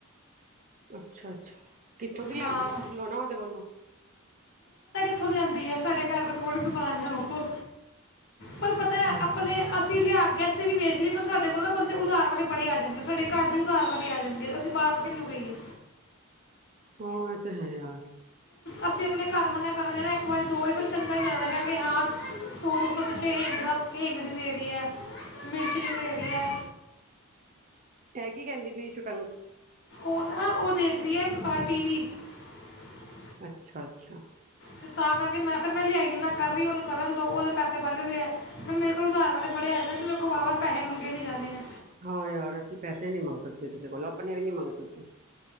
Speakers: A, on the right; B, on the left.
A: ਅੱਛਾ ਅੱਛਾ ਕਿੱਥੋਂ ਦੀ
B: ਹਾਂ
A: ਲੈਂਦੀ ਪੁੱਛ ਲਉ ਨਾ ਉਹਦੇ ਕੋਲੋਂ
B: ਉੱਥੋਂ ਲਿਆਂਦੀ ਹੈ ਸਾਡੇ ਘਰ ਦਾ ਕੌਣ ਦੁਕਾਨ ਹੈ ਉਹ ਪਰ ਪਤਾ
A: ਅੱਛਾ
B: ਹੈ ਆਪਣੇ ਅਸੀਂ ਲਿਆ ਕੇ ਅਸੀਂ ਵੀ ਵੇਚ ਲਈਏ ਪਰ ਸਾਡੇ ਕੋਲ ਨਾ ਬੰਦਾ ਉਧਾਰ ਵਾਲੇ ਬੜੇ ਆ ਜਾਣਗੇ ਸਾਡੇ ਘਰ ਦੇ ਉਧਾਰ ਵਾਲੇ ਆ ਜਾਣਗੇ ਅਸੀਂ ਬਾਲ ਖੇਲੋ ਕਈਏ
A: ਹਾਂ ਇਹ ਤੇ ਹੈ ਯਾਰ
B: ਅਸੀਂ ਆਪਣੇ ਘਰ ਮੰਨਾਂ ਕਰ ਰਹੀਆਂ ਨਾ ਇੱਕ ਵਾਰੀ ਦੋ ਵਾਰੀ ਫਿਰ ਚੰਗੀ ਨਾਲ ਜ਼ਿਆਦਾ ਕਹਾਂਗੇ ਹਾਂ ਸੌ ਦੋ ਸੌ ਪਿੱਛੇ ਹਿੰਗ ਦਾ ਹਿੰਗ ਨਹੀਂ ਦੇ ਰਹੀ ਹੈ ਮਿਰਚ ਨਹੀਂ ਦੇ ਰਹੀ ਹੈ
A: ਹੈ ਕੀ ਕਹਿੰਦੀ ਵੀਈ ਛੁੱਟੀ
B: ਉਹ ਨਾ ਉਹਦੇ ਰੀਅਨ ਆ ਟੀ ਵੀ <unintelligible>
A: ਅੱਛਾ ਅੱਛਾ
B: ਤੇ ਤਾਂ ਕਰਕੇ ਮੈਂ ਫਿਰ ਮੈਂ ਲਿਆਈ ਨੀ ਮੈਂ ਕਰ ਰਹੀ ਉਹਨੂੰ ਕਰਨ ਦੋ ਉਹੱਦੇ ਪੈਸੇ ਬਨ ਰਹੇ ਆ ਮੈਂ ਮੇਰੇ ਕੋਲ ਉਧਾਰ ਵਾਲੇ ਬੜੇ ਆਏ ਨੇ ਤੇ ਮੇਰੇ ਕੋਲੋਂ ਵਾੱਵਾ ਪੈਸੇ ਮੰਗੇ ਨੀ ਜਾਣੇ ਆ
A: ਹਾਂ ਯਾਰ ਅਸੀਂ ਪੈਸੇ ਨਹੀਂ ਮੰਗ ਸਕਦੇ ਕਿਸੇ ਕੋਲੋਂ ਆਪਣੇ ਵੀ ਨਹੀਂ ਮੰਗ ਸਕਦੇ